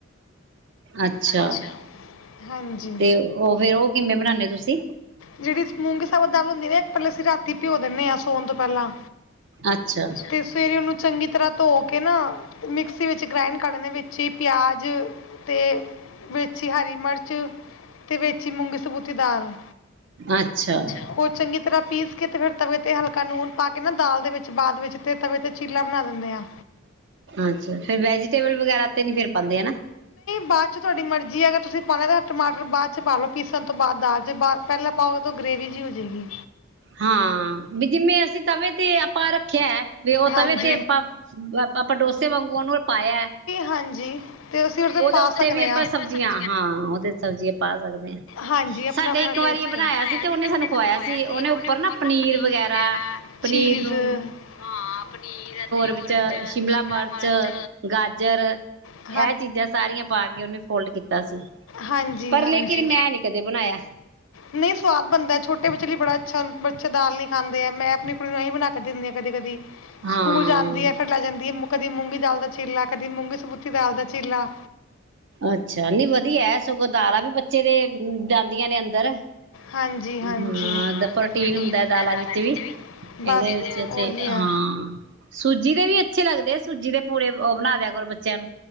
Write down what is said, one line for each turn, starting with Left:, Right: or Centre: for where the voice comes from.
Right: ਅੱਛਾ
Left: ਆੋ ਹਾਂਜੀ
Right: ਤੇ ਉਹ ਫੇਰ ਉਹ ਕਿਵੇਂ ਬਣਾਉਦੇ ਹੋ ਤੁਸੀਂ
Left: ਜਿਹੜੀ ਮੂੰਗੇ ਸਾ ਦਾਲ ਇੱਕ ਪਹਿਲੇ ਅਸੀਂ ਰਾਤੀ ਭਿਓ ਦਿੰਦੇ ਹਾਂ ਸੋਣ ਤੋਂ ਪਹਿਲਾਂ
Right: ਅੱਛਾ
Left: ਤੇ ਸਵੇਰੇ ਉਹਨੂੰ ਚੰਗੀ ਤਰ੍ਹਾਂ ਧੋ ਕੇ ਨਾ ਮਿਕਸੀ ਵਿੱਚ ਗ੍ਰੈਂੰਡ ਕਰਦੇ ਵਿੱਚ ਹੀ ਪਿਆਜ਼ ਅਤੇ ਵਿੱਚ ਅੱਛੀ ਹਰੀ ਮਿਰਚ ਤੇ ਵੇਚੀ ਮੂੰਗੀ ਸਬੂਤੀ ਦਾਲ
Right: ਅੱਛਾ
Left: ਉਹ ਚੰਗੀ ਤਰ੍ਹਾਂ ਪੀਸ ਕੇ ਤੇ ਫੇਿਰ ਤਵੇ ਤੇਲ <unintelligible> ਪਾ ਕੇ ਨਾ ਦਾਲ ਦੇ ਵਿਚ ਬਾਦ ਵਿਚ ਤ ਤੇ ਚੀਲਾ ਬਣਾ ਦਦੇ ਆ
Right: ਅੱਛਾ ਫੇਰ ਵੈਜੀਟੇਬਲ ਵਗੈਰਾ ਤੇ ਨੀ ਫੇਰ ਪਾਉਂਦੇ ਹਨਾ
Left: ਬਾਦ ਚ ਤੁਡੀ ਮਰ ਜੀ ਅਗਰ ਤੁਸੀਂ ਪਾਉਣਾ ਤਾਂ ਟਮਾਟਰ ਬਾਅਦ ਚ ਪਾ ਲਓ ਪੀਸਣ ਤੋਂ ਬਾਅਦ ਦਾਲ ਚ ਪਹਿਲਾਂ ਪਾਓਗੇ ਤਾਂ ਉਹ ਗ੍ਰੇਵ ਜਿਹੀ ਹੋ ਜਾਵੇਗੀ
Right: ਹਾਂ ਬ ਜਿਵੇਂ ਅਸੀਂ ਤਵੇ ਤੇ ਆਪਾਂ ਰੱਖਿਆ ਵੀ ਉਹ
Left: ਹਾਂਜੀ।
Right: ਤਵੇ ਤੇ ਆਪਾਂ ਆਪਾਂ ਡੋਸੇ ਵਾਂਗੂ ਉਹਨੂੰ ਪਾਇਆ
Left: ਹਾਂਜੀ ਤੇ ਅਸੀਂ ਉਹਦੇ ਪਾ
Right: ਉੱਤੇ
Left: ਸਕਦੇ
Right: ਵੀ ਆਪਾਂ
Left: ਹਾਂ
Right: ਸਬਜ਼ੀਆਂ
Left: ਸਬ
Right: ਹਾਂ ਉਹਦੇ ਸਬਜ਼ੀਆਂ ਪਾ ਸਕਦੇ ਹਾਂ
Left: ਹਾਂਜੀ ਆਪਣਾ
Right: ਸਾਡੇ
Left: ਆਪਣਾ
Right: ਇੱਕ
Left: ਟਸ
Right: ਵਾਰੀ ਬਣਾਇਆ
Left: ਬਣਾਯਾ
Right: ਤੇ
Left: ਸੀ
Right: ਉਹਨੇ ਸਾਨੂੰ
Left: ਓਨੇ
Right: ਖਵਾਇਆ
Left: ਸਾਨੂਯਾ
Right: ਉਹਨੇ
Left: ਸੀ
Right: ਉੱਪਰ
Left: ਓਨੇ ਉਪਰ ਨਾ ਪਨੀਰ
Right: ਵਗੈਰਾ
Left: ਵਗਰਾ
Right: ਪਨੀਰ
Left: ਚੀਜ਼
Right: ਨੂੰ
Left: ਹਾਂ ਪਨੀਰ ਅਤੇ ਹੋਰ
Right: ਵਿੱਚ
Left: ਵਿਚ ਸ਼ਿਮਲਾ
Right: ਮਿਰਚ
Left: ਮਰਚ
Right: ਗਾਜਰ
Left: ਹ
Right: ਇਹ ਚੀਜ਼ਾਂ ਸਾਰੀਆਂ ਪਾ ਕੇ ਉਹਨੇ ਫੋਲਡ ਕੀਤਾ ਸੀ
Left: ਹਾਂਜੀ-ਹਾਂਜੀ
Right: ਪਰ ਲੇਕਿਨ ਮੈਂ ਨੀ ਕਦੇ ਬਣਾਇਆ
Left: ਨਹੀਂ ਸਵਾਦ ਬਣਦਾ ਛੋਟੇ ਵਿਚਲੀ ਬੜਾ ਅੱਛਾ ਬੱਚਾ ਦਾਲ ਨਹੀਂ ਖਾਂਦੇ ਐ ਮੈਂ ਆਪਣੀ ਕੁੜੀ ਨੂੰ ਇਹੀ ਬਣਾ ਕੇ ਦਿੰਨੀ ਆ ਕਦੇ ਕਦੀ
Right: ਹਾਂ
Left: ਸਕੂਲ ਜਾਂਦੀ ਐ ਫਿਰ ਲੈ ਜਾਂਦੀ ਐ ਕਦੀ ਮੂੰਗੀ ਦਾਲ ਦਾ ਝੀਲਾ ਕਦੀ ਮੂੰਗੀ ਸਬੂਤੀ ਦਾਲ ਦਾ ਝੀਲਾ
Right: ਅੱਛਾ ਨੀ ਵਧੀਆ ਸਗੋਂ ਦਾਲਾਂ ਵੀ ਬੱਚੇ ਦੇ ਜਾਂਦੀਆਂ ਨੇ ਅੰਦਰ
Left: ਹਾਂਜੀ
Right: ਹਾਂ
Left: ਹਾਂਜੀ ਹਾਂਜੀ
Right: ਪ੍ਰੋਟੀਨ ਹੁੰਦਾ ਦਾਲਾਂ ਵਿੱਚ ਵੀ ਇਹਦੇ
Left: ਬਸ
Right: ਵਿੱਚ
Left: ਓਹੀ
Right: ਤੇ ਹਾਂ
Left: ਐ
Right: ਸੂਜੀ ਦੇ ਵੀ ਅੱਛੇ ਲੱਗਦੇ ਸੂਜੀ ਦੇ ਪੂੜੇ ਉਹ ਬਣਾ ਦਿਆ ਕਰੋ ਬੱਚਿਆਂ ਨੂੰ